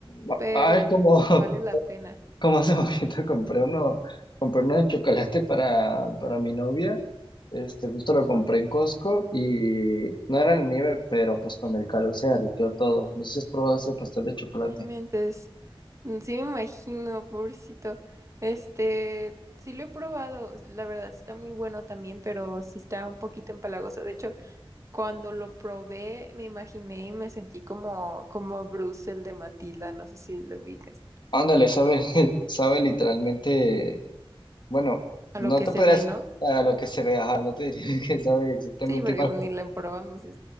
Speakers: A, on the left; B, on the right.
A: Ba-
B: pero
A: Ay, como, <laughs>
B: vale la pena.
A: como hace poquito compré uno, compré uno de chocolate para, para mi novia. Este, justo lo compré en Costco y no era en nieve, pero pues con el calor se derritió todo. No sé si has probado ese pastel de chocolate.
B: No inventes. Mm, Sí me imagino, pobrecito. Este, sí lo he probado, la verdad está muy bueno también, pero sí está un poquito empalagoso. De hecho, cuando lo probé, me imaginé y me sentí como, como Bruce, el de Matilda, no sé si lo ubicas.
A: Ándale, sabe, <laughs> sabe literalmente, bueno, no
B: A lo que
A: te
B: se
A: podrías
B: ve, ¿no?
A: a lo que se ve, ajá, no te diría <laughs> que sabe exactamente
B: Sí, porque
A: igual
B: pues ni lo probamos. y